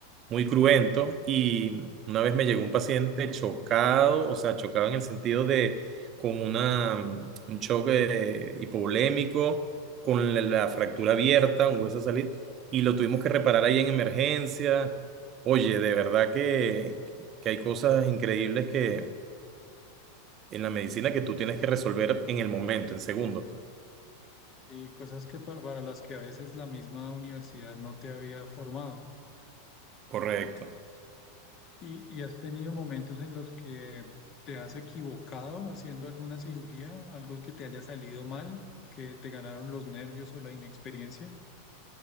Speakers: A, on the right; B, on the left.
A: muy cruentos. Y una vez me llegó un paciente chocado, o sea, chocado en el sentido de con una, un choque hipovolémico, con la, la fractura abierta, un hueso salir, y lo tuvimos que reparar ahí en emergencia. Oye, de verdad que, que hay cosas increíbles que en la medicina que tú tienes que resolver en el momento, en segundos, pues.
B: Y cosas que para, para las que a veces la misma universidad no te había formado.
A: Correcto.
B: Y, y has tenido momentos en los que te has equivocado haciendo alguna cirugía, algo que te haya salido mal, que te ganaron los nervios o la inexperiencia.